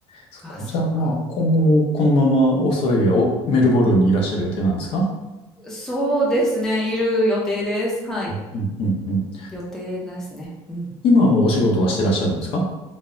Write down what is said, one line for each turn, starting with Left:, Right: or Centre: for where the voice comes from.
Left: そっか。
Centre: あ、そっか。
Left: じゃあ、まあ、今後もこのままオーストラリアを、メルボルンにいらっしゃる予定なんですか
Centre: そうですね。いる予定です。はい。
Left: うん、うん、うん。
Centre: 予定ですね。うん。
Left: 今はもうお仕事はしてらっしゃるんですか